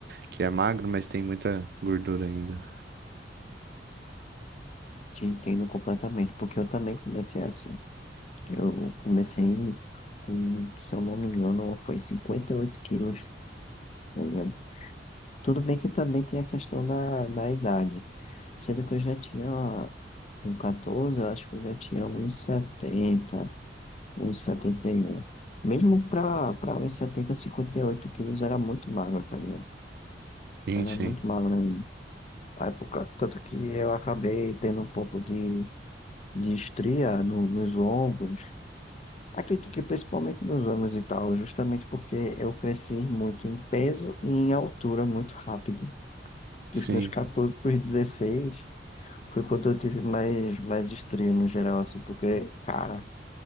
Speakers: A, on the right (about 60°); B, on the left (about 40°).
A: que é magro, mas tem muita gordura ainda.
B: Te entendo completamente, porque eu também comecei assim. Eu comecei com, se eu não me engano, foi 58 quilos, tá ligado? Tudo bem que também tem a questão da, da idade. Sendo que eu já tinha, com 14 eu acho que eu já tinha uns 70 um e setenta e um Mesmo pra, pra um e setenta, cinquenta e oito quilos era muito magro, tá ligado?
A: Sim,
B: Era
A: sim.
B: muito magro ainda. Aí, por tanto que eu acabei tendo um pouco de, de estria no- nos ombros. Acredito que principalmente nos ombros e tal, justamente porque eu cresci muito em peso e em altura muito rápido. Dos
A: Sim.
B: meus 14 para os 16 foi quando eu tive mais, mais estria no geral, assim, porque, cara,